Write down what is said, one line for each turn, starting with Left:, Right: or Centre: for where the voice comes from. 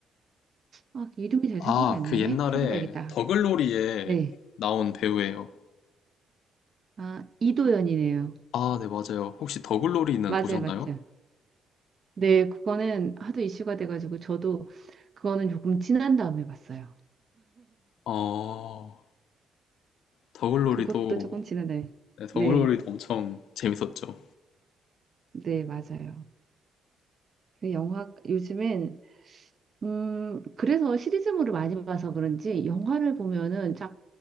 Right: 아, 이름이 잘 생각이
Left: 아,
Right: 안
Left: 그
Right: 나네?
Left: 옛날에
Right: 찾아봐야겠다.
Left: 더글로리에
Right: 네.
Left: 나온 배우예요.
Right: 아, 이도연이네요.
Left: 아, 네, 맞아요. 혹시 더글로리는
Right: 맞아요,
Left: 보셨나요?
Right: 맞죠. 네, 그거는 하도 이슈가 돼가지고 저도 그거는 조금 지난 다음에 봤어요.
Left: 어, 더글로리도,
Right: 그것도 조금 지난 다음에.
Left: 네, 더글로리도
Right: 네,
Left: 엄청 재밌었죠.
Right: 네, 맞아요. 그 영화, 요즘엔 음, 그래서 시리즈물을 많이 봐서 그런지 영화를 보면은 쫙